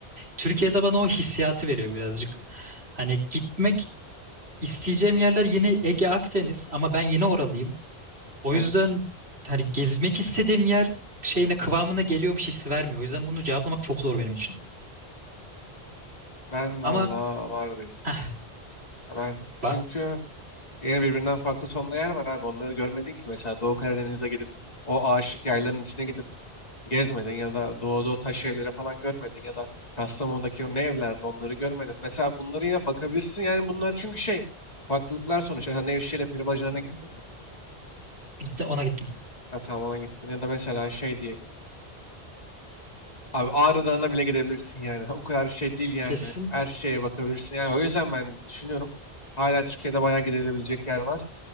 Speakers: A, on the right (about 75°); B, on the left (about 40°).
A: Türkiye'de bana o hissiyatı veriyor birazcık. Hani gitmek isteyeceğim yerler yine Ege Akdeniz ama ben yine oralıyım. O
B: evet.
A: yüzden hani gezmek istediğim yer şeyine kıvamına geliyormuş hissi vermiyor. O yüzden bunu cevaplamak çok zor benim için.
B: Ben valla
A: Ama
B: var benim.
A: heh,
B: Ya Ben çünkü
A: ba-
B: yine birbirinden farklı tonlu yer var abi. Onları görmedin ki. Mesela Doğu Karadeniz'e gidip o ağaçlık yayların içine gidip gezmedin ya da doğuda o taş evlere falan görmedin ya da Kastamonu'daki o ne evlerde onları görmedin. Mesela bunları yine bakabilirsin. Yani bunlar çünkü şey farklılıklar sonuçta. Sen Nevşehir'e peri bacalarına
A: Hı
B: gittin
A: hı.
B: mi?
A: İşte ona gittim.
B: Ha, tamam ona gittin. Ya da mesela şey diyelim. Abi Ağrı Dağı'na bile gidebilirsin yani. <laughs> O kadar şey değil yani.
A: Kesin.
B: Her şeye bakabilirsin. Yani o yüzden ben düşünüyorum. Hala Türkiye'de bayağı gidilebilecek yer var.